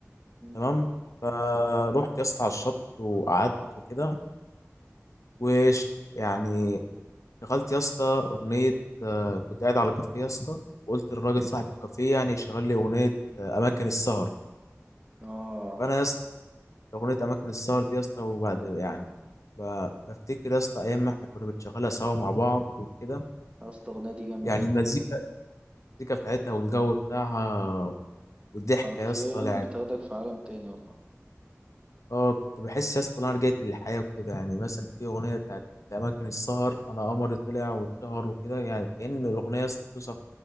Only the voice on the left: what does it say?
تمام فروحت يا اسطى على الشط وقعدت وكده وش يعني شغلت يا اسطى اغنيه آه، كنت قاعد على كافيه يا اسطى وقلت للراجل صاحب الكافيه يعني يشغل لي اغنيه آه، اماكن السهر
فانا يا اسطى أغنية أماكن السهر دي يا اسطى وبعد يعني ب- بفتكر يا اسطى أيام ما احنا كنا بنشغلها سوا مع بعض وكده
يعني
المزيكا
المزيكا بتاعتها والجو بتاعها والضحكة
يا اسطى يعني
اه كنت بحس يا اسطى إن أنا رجعت للحياة وكده يعني مثلا في أغنية بتاعت أماكن السهر أنا قمري طلع واتشهر وكده يعني كأن الأغنية يا اسطى بتوصف